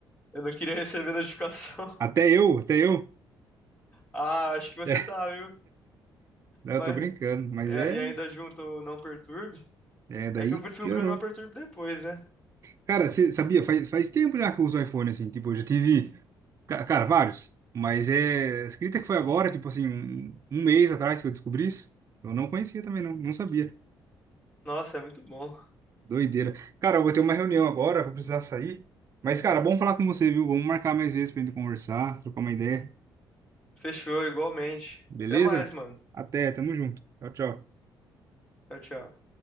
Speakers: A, on the left; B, on the right.
A: eu não queria receber notificação. <laughs>
B: Até eu, até eu.
A: Ah, acho que você
B: É,
A: tá, viu?
B: não,
A: Mas
B: eu tô brincando, mas
A: é,
B: é,
A: e ainda junto o não perturbe.
B: é, daí
A: É que eu fui descobrir
B: piorou.
A: o não perturbe depois, né?
B: Cara, você sabia, faz, faz tempo já que eu uso iPhone, assim, tipo, eu já tive, ca- cara, vários, mas é, acredita que foi agora, tipo assim, um, um mês atrás que eu descobri isso? Eu não conhecia também, não, não sabia.
A: Nossa, é muito bom.
B: Doideira. Cara, eu vou ter uma reunião agora, vou precisar sair, mas, cara, bom falar com você, viu? Vamos marcar mais vezes pra gente conversar, trocar uma ideia,
A: Fechou, igualmente.
B: beleza?
A: Até mais, mano.
B: Até, tamo junto. Tchau, tchau.
A: Tchau, tchau.